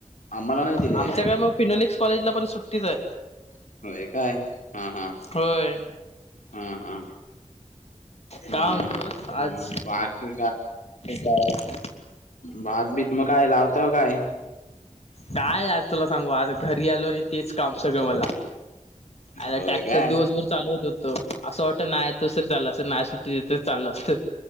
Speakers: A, on the left; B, on the left.
A: आम्हाला नाही. दिले
B: आमच्या काय मग फिनोलिक्स कॉलेजला पण सुट्टीच आहे.
A: होय काय हा हा
B: होय.
A: हा हा. हम्म
B: काय म्हनतोस आज
A: हम्म बाकी
B: का.
A: भातबीत मग काय लावताव काय.
B: काय यार तुला सांगू आता घरी आलो आणि तेच काम सगळं मला. आला
A: होय
B: टॅक्टर
A: काय
B: दिवसभर चालू होत हो. त असं वाटत नाही तु सरी चालला असतं नाही सुट्टी देत चाल असत.